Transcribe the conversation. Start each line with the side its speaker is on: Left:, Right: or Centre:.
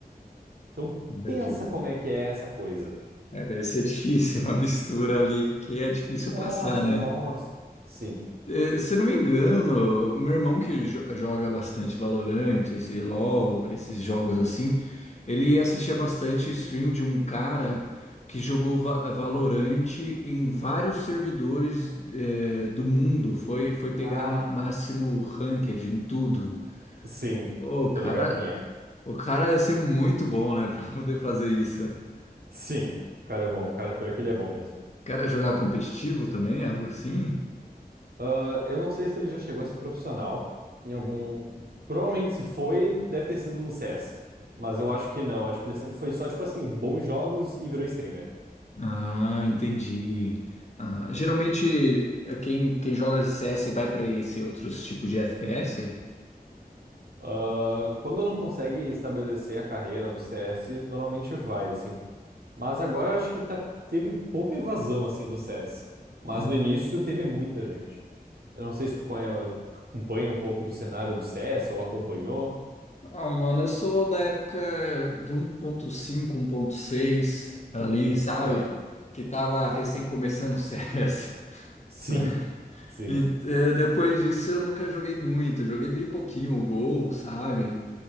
Right: Então
Left: Imagino.
Right: pensa como é que é essa coisa.
Left: É, deve ser difícil, <laughs> uma mistura ali que é difícil
Right: Nossa,
Left: passar, né?
Right: nossa. Sim.
Left: Eh, Se eu não me engano, o meu irmão que jo- joga bastante Valorant, esse LoL, esses jogos assim, ele assistia bastante stream de um cara que jogou Va- Valorant em vários servidores, eh, do mundo. Foi, foi pegar
Right: Ah.
Left: máximo ranked em tudo.
Right: Sim,
Left: O cara,
Right: tô ligado quem é.
Left: o cara ia ser muito bom, né, <laughs> pra poder fazer isso. O
Right: Sim, o cara é bom. O cara, pior que ele é bom mesmo.
Left: cara jogava competitivo também, algo assim?
Right: Ah, eu não sei se ele já chegou a ser profissional em algum. Provavelmente se foi, deve ter sido no CS. Mas eu acho que não. Acho que ele sempre foi só, tipo assim, bons jogos e virou streamer.
Left: Ah, entendi. Ah, geralmente eh, quem, quem joga CS vai para esse outros tipos de FPS?
Right: Ah, quando não consegue estabelecer a carreira no CS, normalmente vai, assim. Mas agora eu acho que tá, teve pouca evasão, assim, do CS. Mas
Left: Hum.
Right: no início teve muita gente. Eu não sei se tu conhe- acompanha um pouco do cenário do CS ou acompanhou.
Left: Ah, mano, eu sou da época do 1.5, 1.6 ali, sabe?
Right: Ah,
Left: Que tava recém começando o CS.
Right: Sim.
Left: <laughs>
Right: Sim.
Left: E, eh, depois disso eu nunca joguei muito, eu joguei bem pouquinho o Gol, sabe?